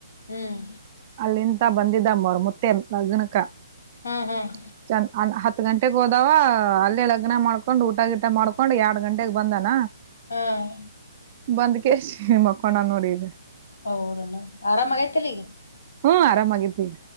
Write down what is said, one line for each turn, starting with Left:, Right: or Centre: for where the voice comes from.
Left: ಹ್ಮ್
Right: ಅಲ್ಲಿಂದ ಬಂದಿದ್ದ ಮರಮುತ್ತೆ ಲಗ್ನಕ. <unintelligible>
Left: ಹ್ಮ್ ಹ್ಮ್
Right: ಚ ಹ <unintelligible> ತ್ತು ಗಂಟೆಗೆ ಹೋದಾವ ಅಲ್ಲೇ ಲಗ್ನ ಮಾಡ್ಕೊಂಡು ಊಟ ಗೀಟ ಮಾಡ್ಕೊಂಡು ಎರಡು ಗಂಟೆಗೆ ಬಂದನ.
Left: ಹ್ಮ್
Right: ಬಂದ್ಕೆಸಿ ಮಕ್ಕೊಂಡನ್ ನೋಡೀಗ.
Left: ಹೌದಲ್ಲ ಆರಾಮಗೈತಿಲ್ಲಿ ಈಗ.
Right: ಹ್ಮ್ ಆರಾಮಾಗಿತಿ.